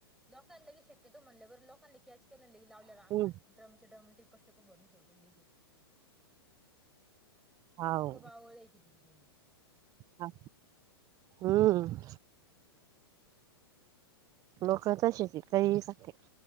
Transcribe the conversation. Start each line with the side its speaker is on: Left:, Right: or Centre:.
Centre: लोकांना बी शक्यतो म्हणल्यावर लोकांनाबी की अस तेन लई लावल्या
Right: हम्म
Centre: रांगा. ड्रम च्या ड्रम टिप घ्या टीप भरून ठेवलेत डिगीत. लोक
Right: हाव
Centre: बावळीये कीतीग बीन
Right: हा हम्म! लोक तशीच ये काहीहि सांगित्यात